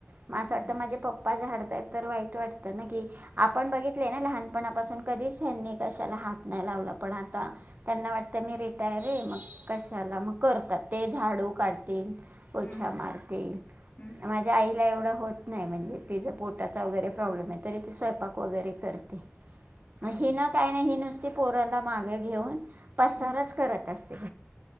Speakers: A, on the right; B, on the left.
A: मग असं
B: हा
A: वाटतं माझे प पप्पा झाडताय तर वाईट वाट की आपण बघितले ना लहानपणापासून कधीच त्यांनी कशाला हात नाही. लावला पण आता त्यांना वाटतं मी रिटायर आहे. मग कशाला मग करतात ते झाडू काढतील. पोछा
B: हम्म
A: मारतील
B: हम्म
A: माझ्या आईला एवढं होत नाही म्हणजे तिचा पोटाचा वगैरे. प्रॉब्लेम आहे. तरी ते स्वयंपाक वगैरे करते.
B: हा
A: मग हि
B: हा
A: ना काही नाही हि नुसती पोरांना मागाय घेऊन पसारच
B: हम्म
A: करत असत